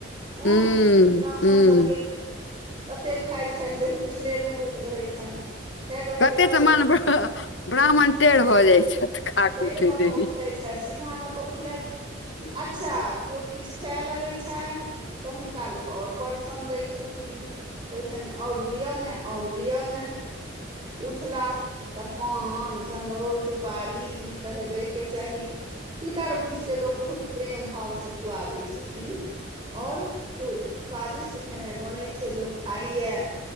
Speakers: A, on the right; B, on the left.
A: हँ
B: हूँ
A: ब्राह्मण
B: हूँ
A: सबके तते खाइत छथि जे उठले ने होइत रहैत छनि। फेर ओकर
B: कतेऽ
A: बाद
B: ठमन
A: उठ
B: ब्राह्मण टेढ़ भऽ जाइत छथि। खाक
A: टेढ़
B: उठे
A: भऽ
B: देरी
A: कऽ उठै छै सीधा भऽ कऽ उठलैठ अच्छा केओ किछु खा लगय छनि। तऽ हुनका लोक और प्रशन दै छथिन। होइ छनि ने और लिय ने और लिय ने। उठलाह, तऽ पान जनउ सुपारी री तऽ हेबे के चाही। पितर बुझि कऽ लोक बहुत प्रेम भावसँ खुआबै छथिन। और सु स्वादिष्ट खेनाइ बनै छै लोक खाइऐ।